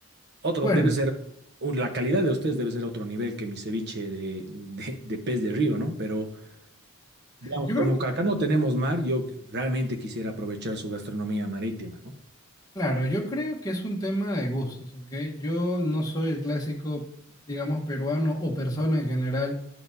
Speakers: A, on the right; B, on the left.
A: Otro,
B: Bueno,
A: debe ser, un- la calidad de ustedes debe ser otro nivel que mi ceviche de, de, de pez de río, ¿no? Pero, digamos,
B: yo creo,
A: como que acá no tenemos mar, yo realmente quisiera aprovechar su gastronomía marítima, ¿no?
B: claro, yo creo que es un tema de gustos, ¿ok? Yo no soy el clásico, digamos, peruano o persona en general